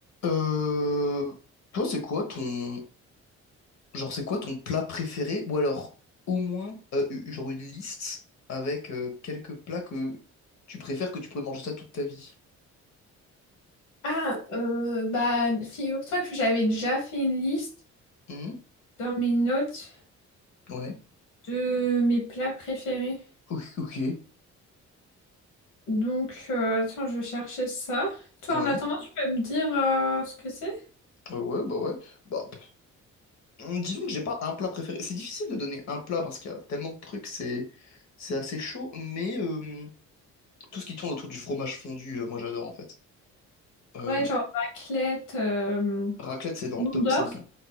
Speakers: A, on the left (about 60°); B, on the left (about 80°).
A: Euh, toi, c'est quoi ton genre, c'est quoi ton plat préféré? Ou alors, au moins, euh, u- genre une liste avec euh, quelques plats que tu préfères que tu pourrais manger ça toute ta vie.
B: Ah, euh, bah, figure-toi que j'avais déjà fait une liste
A: Mhm,
B: dans mes notes
A: ouais.
B: de mes plats préférés.
A: Ok. ok.
B: Donc, euh, attends, je vais chercher ça. Toi,
A: Ouais.
B: en attendant, tu peux me dire euh, ce que c'est?
A: Ouais, ouais, bah ouais. Bah, pff, hum, disons que j'ai pas un plat préféré. C'est difficile de donner un plat parce qu'il y a tellement de trucs, c'est c'est assez chaud. Mais euh, tout ce qui tourne autour du fromage fondu, euh, moi j'adore en fait. Euh,
B: Ouais, genre raclette, euh,
A: raclette, c'est dans
B: Mondor.
A: le top cinq. hein.